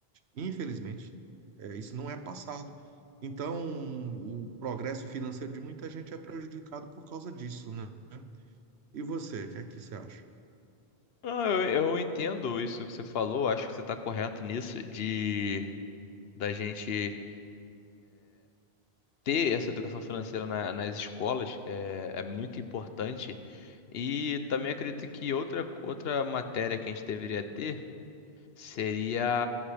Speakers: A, on the right; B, on the left.
A: Infelizmente, é, isso não é passado. Então, o progresso financeiro de muita gente é prejudicado por causa disso, né? E você, o que é que você acha?
B: Ah, eu, eu entendo isso que você falou, acho que você está correto nisso, de da gente ter essa educação financeira na- nas escolas é, é muito importante. E também acredito que outra, outra matéria que a gente deveria ter. seria